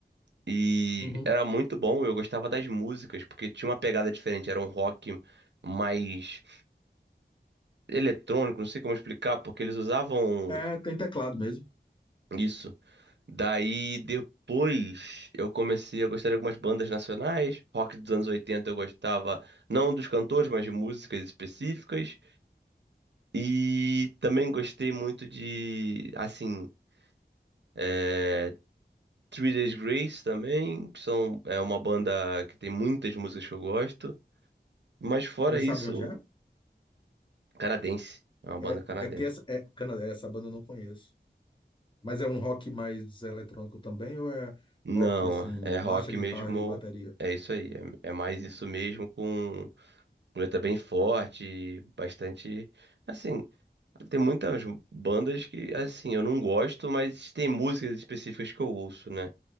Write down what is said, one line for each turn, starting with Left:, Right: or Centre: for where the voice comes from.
Right: E
Left: Uhum.
Right: era muito bom, eu gostava das músicas, porque tinha uma pegada diferente, era um rock mais eletrônico, não sei como explicar, porque eles usavam.
Left: É, tem teclado mesmo.
Right: Isso. Daí depois eu comecei a gostar de algumas bandas nacionais. Rock dos anos 80 eu gostava, não dos cantores, mas de músicas específicas. E também gostei muito de, assim, é, Three Days Grace também, que são, é uma banda que tem muitas músicas que eu gosto. Mas fora
Left: Você sabe
Right: isso,
Left: de onde é?
Right: canadense. É uma banda
Left: É,
Right: canadense.
Left: é porque essa, é, cana- é, essa banda eu não conheço. Mas é um rock mais eletrônico também, ou é
Right: Não,
Left: rock, assim,
Right: é
Left: baixa
Right: rock
Left: guitarra
Right: mesmo.
Left: e bateria?
Right: É isso aí. É, é mais isso mesmo com. Muleta bem forte, bastante. Assim, tem muitas bandas que, assim, eu não gosto, mas tem músicas específicas que eu ouço, né?